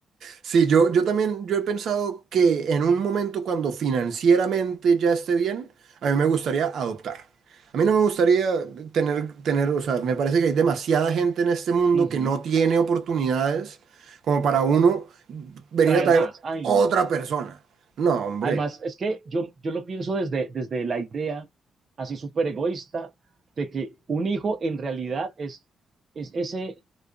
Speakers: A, on the right; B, on the right.
A: Sí, yo, yo también, yo he pensado que en un momento cuando financieramente ya esté bien, a mí me gustaría adoptar. A mí no me gustaría tener, tener, o sea, me parece que hay demasiada gente en este mundo
B: Uh
A: que
B: -huh.
A: no tiene oportunidades como para uno venir
B: Traer
A: a traer
B: más. Ay,
A: otra
B: no.
A: persona. No, hombre,
B: Además, es que yo, yo lo pienso desde, desde la idea así súper egoísta de que un hijo en realidad es, es ese,